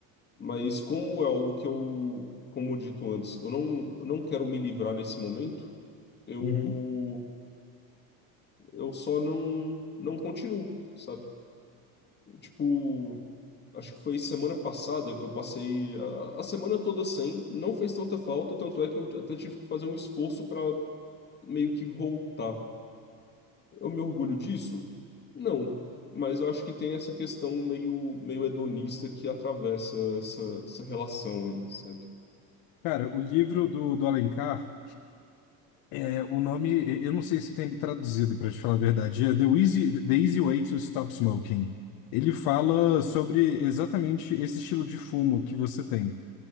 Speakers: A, on the left (about 25°); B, on the left (about 65°).
A: Mas como é algo que eu, como dito antes, eu não, eu não quero me livrar nesse momento, eu,
B: uhum.
A: eu só não, não continuo, sabe? Tipo, acho que foi semana passada que eu passei a, a semana toda sem, não fez tanta falta, tanto é que eu até tive que fazer um esforço para meio que voltar. Eu me orgulho disso? Não. Mas eu acho que tem essa questão meio, meio hedonista que atravessa essa, essa relação aí, sabe?
B: Cara, o livro do, do Alencar, é, o nome, e- eu não sei se tem ele traduzido, para te falar a verdade, é The Easy, The Easy Way to Stop Smoking. Ele fala sobre exatamente esse estilo de fumo que você tem.